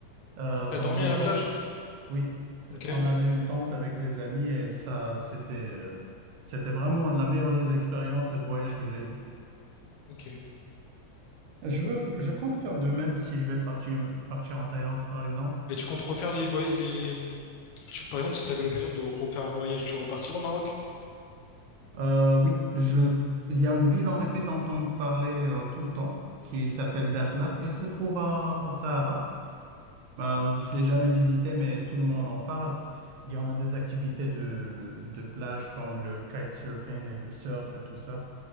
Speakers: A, on the right; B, on the left.
A: euh,
B: T'as
A: dans
B: dormi
A: une
B: à la
A: tente.
B: plage?
A: Oui,
B: Ok.
A: on avait une tente avec les amis et ça, c'était, euh, c'était vraiment la meilleure des expériences de voyage que j'ai eues.
B: Ok.
A: Je veux, je compte faire de même si je vais partir, partir en Thaïlande, par exemple.
B: Et tu comptes refaire les, voy- les, tu- par exemple, si tu avais l'occasion de refaire un voyage, tu repartirais au Maroc?
A: Euh, oui, je, il y a une ville, en effet, dont on parlait euh, tout le temps,
B: Mhm.
A: qui s'appelle Dakhla et se trouve à- au Sahara. Ben, je ne l'ai jamais visitée, mais tout le monde en parle. Il y en a des activités de, de plage comme le kitesurfing et le surf et tout ça.